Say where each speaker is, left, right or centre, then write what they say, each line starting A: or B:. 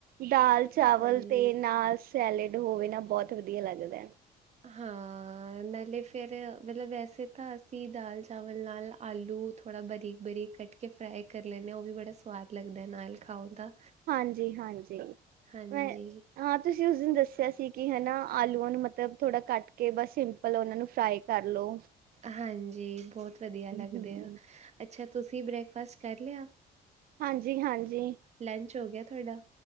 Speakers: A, on the right; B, on the right.
A: ਦਾਲ ਚਾਵਲ
B: ਹਾਂਜੀ।
A: ਤੇ ਨਾਸ। ਸੈਲਡ ਹੋਵੇ ਨਾ ਬਹੁਤ ਵਧੀਆ ਲੱਗਦਾ।
B: ਹਾਂ, ਨਾਲੇ ਫੇਰ ਮਤਲਬ ਵੈਸੇ ਤਾਂ ਅਸੀਂ ਦਾਲ ਚਾਵਲ ਨਾਲ ਆਲੂ ਥੋ੍ਹਾ ਬਰੀਕ -ਬਰੀਕ ਕੱਟ ਕੇ ਫਰਾਈ ਕਰ ਲੈਦੇ ਹਾਂ, ਉਹ ਵੀ ਬੜਾ ਸਵਾਦ ਲੱਗਦਾ ਨਾਲ ਖਾਓ ਤਾਂ।
A: ਹਾਂਜੀ, ਹਾਂਜੀ
B: ਹਾਂਜੀ,
A: ਮੈਂ ਹਾਂ, ਤੁਸੀਂ ਉਸ ਦਿਨ ਦੱਸਿਆ ਸੀ ਕਿ ਹਨਾ, ਆਲੂਆਂ ਨੂੰ ਮਤਲਬ ਥੋੜ੍ਹਾ ਕੱਟ ਕੇ ਬਸ ਸਿੰਪਲ ਉਹਨਾਂ ਨੂੰ ਫਰਾਈ ਕਰਲੋ।
B: ਹਾਂਜੀ, ਬਹੁਤ ਵਧੀਆ ਲੱਗਦੇ
A: ਹੂੰ।
B: ਆ। ਅੱਛਾ, ਤੁਸੀਂ ਬ੍ਰੇਕਫਾਸਟ ਕਰ ਲਿਆ।
A: ਹਾਂਜੀ, ਹਾਂਜੀ।
B: ਲੰਚ ਹੋ ਗਿਆ ਤੁਹਾਡਾ?